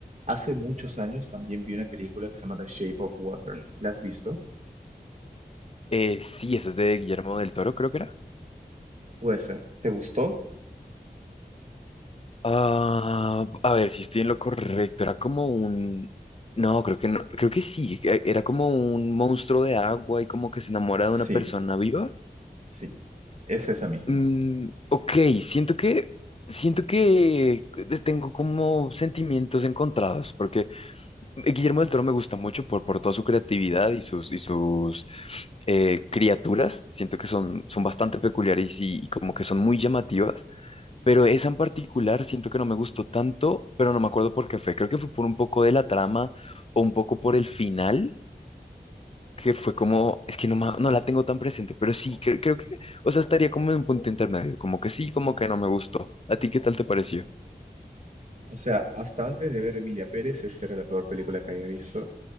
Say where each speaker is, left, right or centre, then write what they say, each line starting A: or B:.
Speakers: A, on the right; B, on the left.
A: hace muchos años también vi una película que se llama The Shape of Water. ¿La has visto?
B: eh, sí, esa es de Guillermo del Toro, creo que era.
A: Puede ser. ¿Te gustó?
B: Ah, a ver si estoy en lo correcto. Era como un. No, creo que no. Creo que sí. e- Era como un monstruo de agua y como que se enamora de una
A: Sí,
B: persona viva.
A: sí, es esa misma.
B: Mm, ok, siento que. Siento que tengo como sentimientos encontrados, porque Guillermo del Toro me gusta mucho por, por toda su creatividad y sus, y sus eh, criaturas. Siento que son, son bastante peculiares y, y como que son muy llamativas. Pero esa en particular siento que no me gustó tanto, pero no me acuerdo por qué fue. Creo que fue por un poco de la trama o un poco por el final, que fue como, es que no, ma- no la tengo tan presente, pero sí, cre- creo que, o sea, estaría como en un punto intermedio, como que sí, como que no me gustó. ¿A ti qué tal te pareció?
A: O sea, hasta antes de ver Emilia Pérez, esta era la peor película que había visto.